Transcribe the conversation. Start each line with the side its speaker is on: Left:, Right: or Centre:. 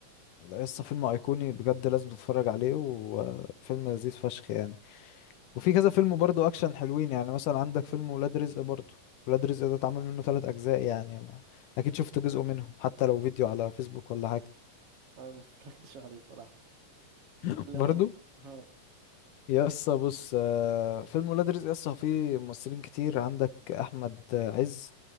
Left: يا اسطى فيلم ايقوني بجد لازم تتفرج عليه وفيلم لذيذ فشخ يعني وفي كذا فيلم برضو اكشن حلوين يعني مثلا عندك فيلم ولاد رزق برضو ولاد رزق ده اتعمل منه ثلاث اجزاء يعني ما اكيد شفت جزء منهم حتى لو فيديو على فيسبوك ولا حاجه
Right: انا ما اتفرجتش عليه صراحه نتكلم
Left: <laughs> برضو
Right: عليه اه
Left: يسا بص آه، فيلم ولاد رزق يسا فيه ممثلين كتير عندك احمد عز